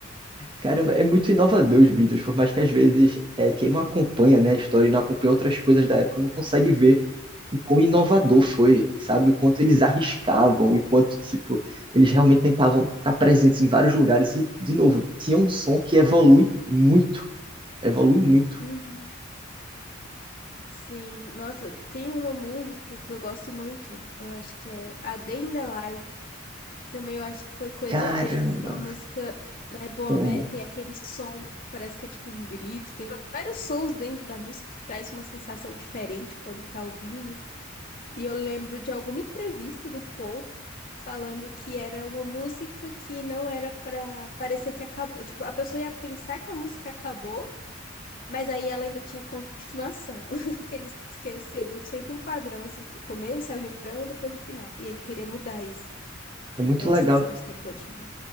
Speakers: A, on the right; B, on the left.
A: Caramba, é muito inovador os Beatles, por mais que às vezes é, quem não acompanha, né, a história e não acompanha outras coisas da época não consegue ver o quão inovador foi, sabe? O quanto eles arriscavam e quanto, tipo, eles realmente tentavam estar presentes em vários lugares e, de novo, tinha um som que evolui muito, evolui muito.
B: Uhum. Sim, nossa, tem uma música que eu gosto muito, eu acho que é A Day in the Life. Também eu acho que foi coisa
A: Caramba,
B: deles, que é uma música. É bom,
A: amo.
B: né? Tem aquele som que parece que é tipo um grito. Tem vários sons dentro da música que traz uma sensação diferente quando tá ouvindo. E eu lembro de alguma entrevista do Paul falando que era uma música que não era pra parecer que acabou. Tipo, a pessoa ia pensar que a música acabou, mas aí ela ainda tinha continuação. <laughs> Que eles que antes seguiam sempre um padrão, assim, o começo, aí o refrão e depois o final. E ele queria mudar isso.
A: É
B: E,
A: muito
B: nossa,
A: legal.
B: essa música é boa demais.